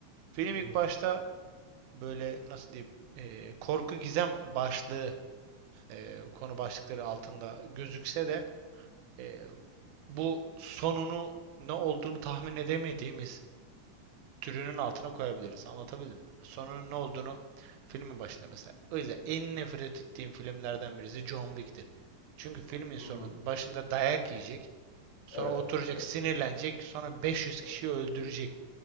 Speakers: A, on the right (about 85°); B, on the left (about 55°).
A: Film
B: Hı hı.
A: ilk başta böyle nasıl diyeyim e, korku gizem başlığı e, konu başlıkları altında gözükse de e, bu sonunu ne olduğunu tahmin edemediğimiz türünün altına koyabiliriz. Anlatabildim mi? Sonunun ne olduğunu filmin başında mesela. O yüzden en nefret ettiğim filmlerden birisi John Wick'tir. Çünkü filmin
B: Hmm.
A: sonun başında dayak yiyecek. Sonra
B: Evet
A: oturacak,
B: evet
A: sinirlenecek.
B: evet
A: Sonra 500
B: doğru.
A: kişiyi öldürecek.